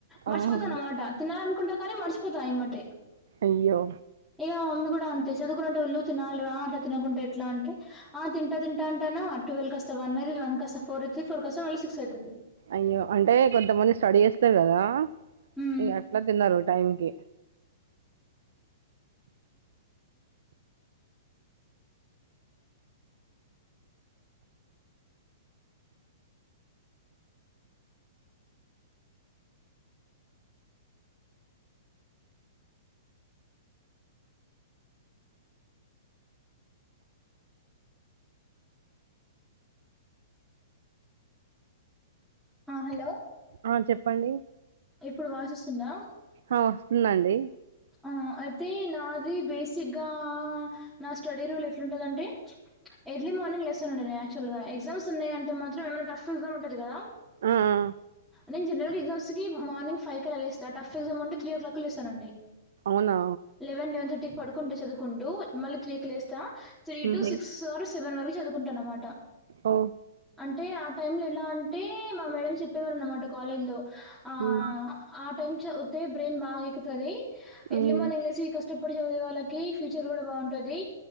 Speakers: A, in the centre; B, on the right.
A: మర్చిపోతాను
B: ఆహా!
A: అన్నమాట తినాల అనుకుంటా కానీ మర్చిపోతా యమ్మటే
B: అయ్యో!
A: ఇక మమ్మీ కూడా అంతే చదువు కూడా ళ్ళు తినాలి రా అట తినకుంటే ఎట్లా అంటే ఆ తింటా తింటా అంటాన్నా ట్వ కాస్త వన్ అది వన్ కస్త ఫోర్ అయిది ఫోర్స్త కాస్త మళ సిక్స్ అయితది
B: అయ్యో అంటే కొంతమంది స్టడీ చేస్తారు కదా
A: హ్మ్
B: ఇక అట్లా తిన్నారు టైం కి
A: ఆ హలో
B: ఆ చెప్పండి
A: ఇప్పుడు వాయిస్ వస్తుందా
B: ఆ ఉంది అండి
A: ఆ అయితే నాది బేసిక్గా నా స్టడీ రూల్ ఎట్లాంటదింటే ఎర్లీ మార్నిగ్ లేస్తాను అండి నేను యాక్చుల్గా ఎగ్జమ్స్ ఉన్నాయంటే మాత్రం <unintelligible> టది కదా
B: ఆ ఆ
A: నేను జన్రల్ ఎగ్జామ్స్కి మార్నింగ్ ఫైవ్ అల లేస్తా టఫ్ ఎగ్జామ్ త్రీ ఓ క్లాకే లేస్తా అండి
B: అవునా
A: లెవెన్ లెవెన్ థర్టీ కి పడుకుంటే చదువుకుంటూ మళ్ళీ త్రీ కి లేస్తా త్రీ
B: ఉహు
A: టు సిక్స్ ఆర్ సెవెన్ వరకు చదువుకుంటాన్నమాట
B: అ
A: అంటే ఆ టైమ్ లో ఎలా అంటే మా మేడం చెప్పేవారు అన్ కాలేండో ఆ
B: ఉమ్
A: ఆ టైమ్ చదివితే బ్రెయిన్ బాగ ఎక్కుతది ఎర్లీ
B: ఉమ్
A: మార్కింగ్ లేసి కష్టపడి చదివె వాళ్ళకి ఫ్యూచర్ కూడా బాగుంటంది